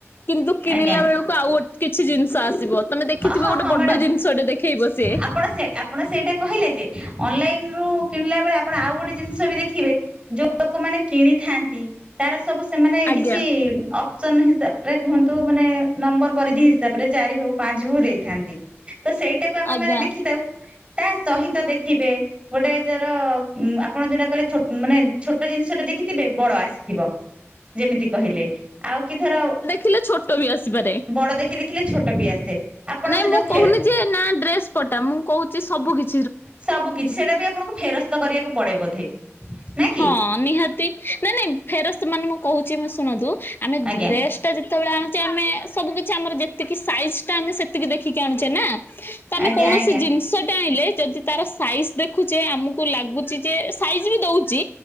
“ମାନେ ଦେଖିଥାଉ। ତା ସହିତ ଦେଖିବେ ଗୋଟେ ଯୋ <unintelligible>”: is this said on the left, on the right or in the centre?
Right